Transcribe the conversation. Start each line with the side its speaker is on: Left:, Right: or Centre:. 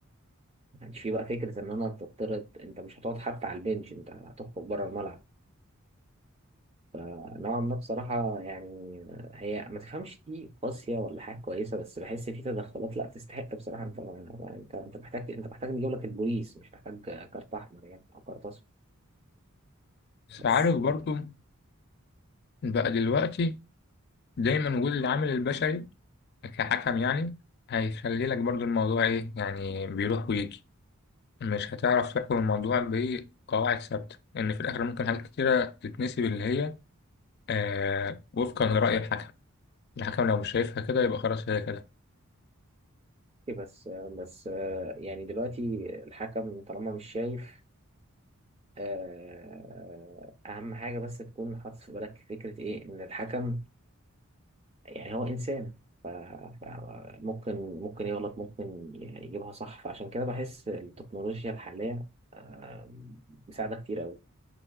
Right: ما كانش فيه بقى فكرة إن أنا تطرد أنت مش هتقعد حتى على البنش أنت هتخرج بره الملعب آه، نوعا ما بصراحة يعني آه، هي ما تفهمش دي قاسية ولا حاجة كويسة بس بحس في تدخلات لا تستحق بصراحة أنت ما- أنت أنت محتاج أنت محتاج نجيب لك البوليس مش محتاج آه، كارت أحمر يعني أو كارت أصفر
Left: بس
Right: بس
Left: عارف برضو بقى دلوقتي دايما وجود العامل البشري كحكم يعني هيخلي لك برضو الموضوع ايه يعني بيروح ويجي مش هتعرف تحكم الموضوع بقواعد ثابتة ان في الاخر ممكن حاجات كتيرة تتنسي اللي هي آه وفقا لرأي الحكم الحكم لو مش شايفها كده يبقى خلاص هي كده
Right: بس بس آه، يعني دلوقتي الحكم طالما مش شايف آه، أهم حاجة بس تكون حاطط في بالك فكرة إيه إن الحكم يعني هو إنسان ف- فممكن ممكن يغلط ممكن ي- يجيبها صح فعشان كده بحس التكنولوجيا الحالية آه، مساعدة كتير أوي